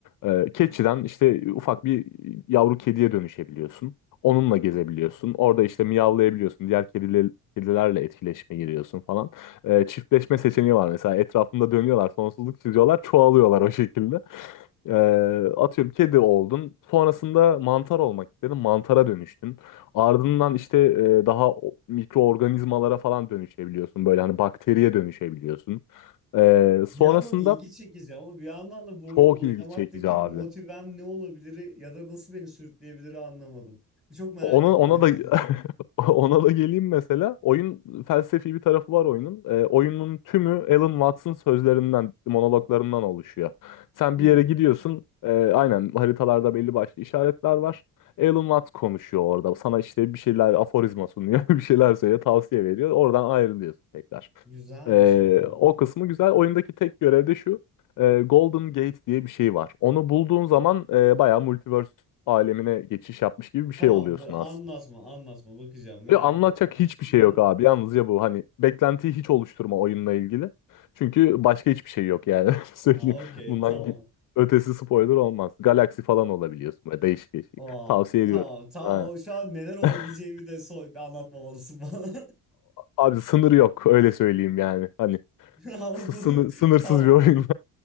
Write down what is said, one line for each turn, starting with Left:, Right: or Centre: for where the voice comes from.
Left: E, keçiden işte ufak bir yavru kediye dönüşebiliyorsun. Onunla gezebiliyorsun. Orada işte miyavlayabiliyorsun. Diğer kediler, kedilerle etkileşime giriyorsun falan. E, çiftleşme seçeneği var mesela. Etrafında dönüyorlar, sonsuzluk çiziyorlar, çoğalıyorlar o şekilde. Ee, atıyorum kedi oldun. Sonrasında mantar olmak istedin. Mantara dönüştün. Ardından işte e, daha o- mikroorganizmalara falan dönüşebiliyorsun. Böyle hani bakteriye dönüşebiliyorsun. Ee, sonrasında
Centre: Bir yandan ilgi çekici ama bir yandan da bu
Left: çok
Centre: oyunu oynamaktaki
Left: ilgi çekici abi.
Centre: motivem ne olabilir ya da nasıl beni sürükleyebilir anlamadım. Çok merak
Left: Ona
Centre: ettim
Left: ona
Centre: ama izleyeceğim.
Left: da <laughs> ona da geleyim mesela. Oyun felsefi bir tarafı var oyunun. Ee, oyunun tümü Alan Watts'ın sözlerinden, monologlarından oluşuyor. Sen
Centre: Hmm,
Left: bir yere gidiyorsun. e, aynen haritalarda belli başlı işaretler var. Alan Watts konuşuyor orada. Sana işte bir şeyler aforizma sunuyor, <laughs> bir şeyler söylüyor, tavsiye veriyor. Oradan ayrılıyorsun tekrar.
Centre: güzelmiş
Left: Ee,
Centre: abi.
Left: o kısmı güzel. Oyundaki tek görev de şu e, Golden Gate diye bir şey var. Onu bulduğun zaman e, bayağı multiverse alemine geçiş yapmış gibi bir
Centre: Tamam
Left: şey oluyorsun
Centre: dur anlatma
Left: aslında.
Centre: anlatma bakacağım merak
Left: Ve anlatacak
Centre: ettim.
Left: hiçbir
Centre: <laughs>
Left: şey yok abi. Yalnızca bu hani beklentiyi hiç oluşturma oyunla ilgili. Çünkü başka hiçbir şey yok yani. <laughs> Öyle Söyleyeyim.
Centre: Aa, okey
Left: Bundan
Centre: tamam.
Left: ki- ötesi spoiler olmaz. Galaksi falan olabiliyorsun böyle değişik değişik.
Centre: Aa,
Left: Tavsiye
Centre: tamam
Left: ediyorum.
Centre: tamam
Left: Aynen.
Centre: şu an neler olabileceğimi
Left: <laughs>
Centre: de so anlatmamalısın bana.
Left: Abi sınır yok öyle söyleyeyim yani. Hani
Centre: <laughs> Ama
Left: s-
Centre: bu
Left: sınır, sınırsız
Centre: tamam.
Left: bir oyun.